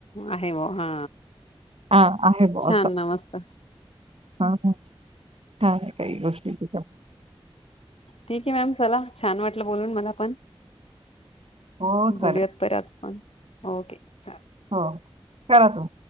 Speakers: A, on the left (about 80°); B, on the right (about 80°).
A: आहे व हा
B: हां, आहे बुवा
A: छान
B: असं.
A: ना मस्त.
B: हां, हां. छान काही गोष्टी तच्या.
A: ठीक आहे, मॅम चला छान वाटलं बोलून मला पण.
B: हो
A: बोलूयात
B: चालेल.
A: परत पण ओके चाले
B: हो करा तू.